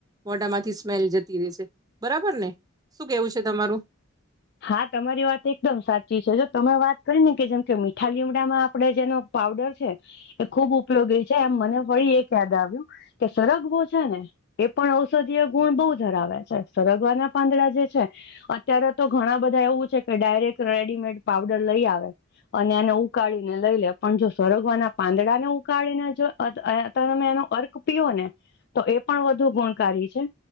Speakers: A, on the right; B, on the left.
A: મોટામાંથી સ્મેલ જતી રે છે બરાબર ને? શું કેવું છે તમારું?
B: હા તમારી વાત એકદમ સાચી છે, જો તમે વાત કરી ને કે જેમ કે મીઠા લીમડામાં આપડે જેનો પાવડર છે. એ ખુબ ઉપયોગી છે, એમ મને ફરી એક યાદ આવ્યું કે સરગવો છે ને એ પણ ઔષધીય ગુણ બઉ ધરાવે છે, સરગવાના પાંદડા જે છે અત્યારે તો ઘણા બધા એવું છે કે ડાયરેક્ટ રેડીમેડ પાવડર લઈ આવે. અને એને ઉકાળીને લઈ લે પણ જો સરગવાના પાંદડાને ઉકાળીને જો અત અ તમે એનો અર્ક પીયો ને તો એ પણ વધુ ગુણકારી છે.